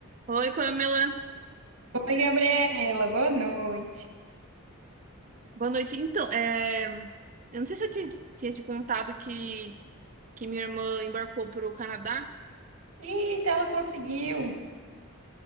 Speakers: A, on the right (about 35°); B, on the right (about 70°).
A: Oi, Pamela.
B: Oi, Gabriela, boa noite.
A: Boa noite. Então, é, eu não sei se eu tinha, tinha te contado que, que minha irmã embarcou para o Canadá.
B: Eita, ela conseguiu!